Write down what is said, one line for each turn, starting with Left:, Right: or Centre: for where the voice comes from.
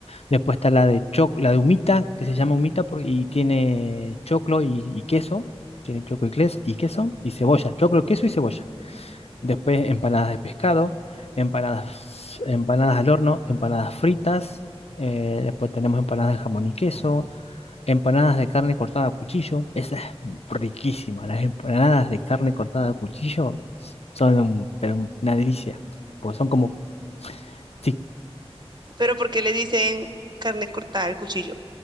Left: Después está la de choc- la de humita, que se llama humita por- y tiene choclo y, y queso, tiene choclo y, ques- y queso, y cebolla, choclo, queso y cebolla. Después empanadas de pescado, empanadas, empanadas al horno, empanadas fritas, eh, después tenemos empanadas de jamón y queso, Empanadas de carne cortada a cuchillo, esa es riquísima. Las empanadas de carne cortada a cuchillo son un- pero un- una delicia, porque son como, sí,
Right: Pero ¿por qué le dicen carne cortada al cuchillo?